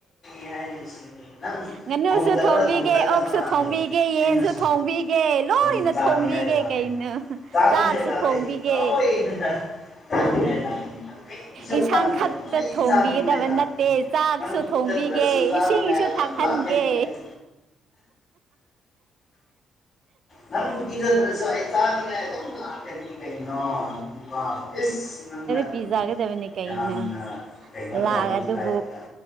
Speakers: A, on the left; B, on the right.
A: ꯌꯥꯔꯤꯁꯤꯅꯤ ꯅꯪ
B: ꯉꯥꯅꯨꯁꯨ
A: ꯊꯣꯡꯖꯕ꯭ꯔꯥ
B: ꯊꯣꯡꯕꯤꯒꯦ
A: ꯊꯣꯡꯖꯗꯕ꯭ꯔꯥ
B: ꯑꯣꯛꯁꯨ ꯊꯣꯡꯕꯤꯒꯦ
A: ꯑꯗꯨꯝ
B: ꯌꯦꯟꯁꯨ
A: ꯑꯩꯅꯁꯨ
B: ꯊꯣꯡꯕꯤꯒꯦ ꯂꯣꯏꯅ
A: ꯑꯗꯨꯝ ꯆꯥꯅꯤꯉꯥꯏ
B: ꯊꯣꯡꯕꯤꯒꯦ
A: ꯂꯥꯛꯑꯦ
B: ꯀꯩꯅꯣ
A: ꯆꯥꯅꯤꯡꯉꯥꯏ
B: ꯆꯥꯛꯁꯨ
A: ꯂꯥꯛꯀꯅꯤ
B: ꯊꯣꯡꯕꯤꯒꯦ
A: ꯁꯣꯏꯗꯅ ꯆꯥꯅꯤꯡꯉꯥꯏ ꯂꯥꯛꯀꯅꯤ ꯀꯔꯤꯁꯨ
B: ꯏꯟꯁꯥꯡ
A: ꯈꯟꯒꯅꯨ
B: ꯈꯛꯇ
A: ꯑꯩ
B: ꯊꯣꯡꯕꯤꯒꯗꯕ
A: ꯆꯥꯅꯤꯡꯉꯥꯏ ꯂꯥꯛꯀꯅꯤ
B: ꯅꯠꯇꯦ ꯆꯥꯛꯁꯨ
A: ꯅꯪ ꯄꯤꯖꯗ꯭ꯔꯁꯨ
B: ꯊꯣꯡꯕꯤꯒꯦ
A: ꯆꯥꯅꯤꯡꯉꯥꯏ
B: ꯏꯁꯤꯡꯁꯨ
A: ꯑꯗꯨꯝ
B: ꯊꯥꯛꯍꯟ
A: ꯂꯥꯛꯀꯅꯤ
B: ꯀꯦ
A: ꯑꯩ ꯅꯪ ꯄꯤꯖꯗ꯭ꯔꯁꯨ ꯑꯩ ꯆꯥꯅꯤꯡꯉꯥꯏ ꯑꯗꯨꯝ ꯂꯥꯛꯀꯅꯤ ꯀꯩꯅꯣ ꯋꯥꯕꯨ ꯏꯁ ꯅꯪꯅ ꯑꯗꯨꯝ
B: ꯄꯤꯖꯥꯒꯗꯕꯅꯦ ꯀꯩꯅꯣ
A: ꯌꯥꯝꯅ ꯀꯩꯅꯣ
B: ꯂꯥꯛꯑꯗꯨꯕꯨ
A: ꯇꯧꯕꯤ ꯇꯥꯏꯞꯇ